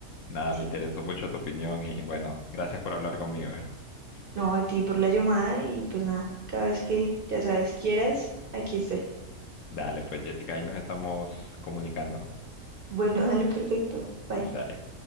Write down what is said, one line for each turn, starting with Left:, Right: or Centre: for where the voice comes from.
Left: nada,
Right: Sí.
Left: me interesó mucho tu opinión y bueno, gracias por hablar conmigo, ¿eh?
Right: No, a ti por la llamada y pues nada, cada vez que ya sabes quieras, aquí estoy.
Left: Dale, pues Jessica, ahí nos estamos comunicando.
Right: Bueno, <laughs> dale, perfecto. Bye.
Left: Dale.